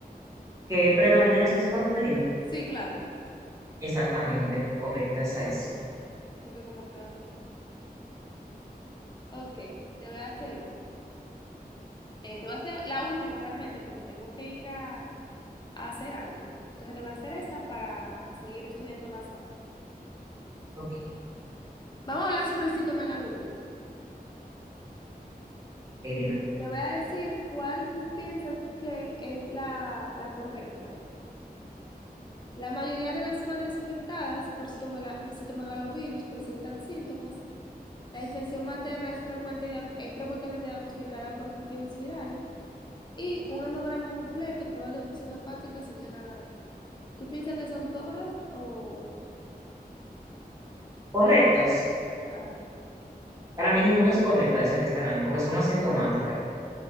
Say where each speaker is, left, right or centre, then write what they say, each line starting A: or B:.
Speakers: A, on the right; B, on the left.
A: Que predomina en el sexo femenino.
B: sí, claro,
A: Exactamente, correcta, esa es.
B: porque como que, ajá. Ok, te voy a hacer, un- eh, te voy a hacer la última realmente porque tengo que ir a, a hacer algo. Entonces te voy a hacer esta para seguir estudiando más tarde.
A: Ok,
B: Vamos a hablar sobre el citomegalovirus.
A: ok, dime.
B: Te voy a decir cuál tú piensas que es la, la correcta. La mayoría de las madres infectadas por citomela- citomegalovirus presentan síntomas. La infección materna es frecuente, dia- es frecuentemente diagnosticada por cultivos virales. Y un hemograma completo y pruebas de función hepática son de gran ayuda. ¿Tú piensas que son todas o
A: Correctas.
B: ah,
A: Para mí ninguna es correcta de esas que están ahí, porque son asintomáticas.